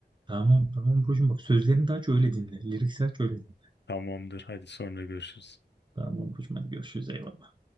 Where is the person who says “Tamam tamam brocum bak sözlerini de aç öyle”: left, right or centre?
Right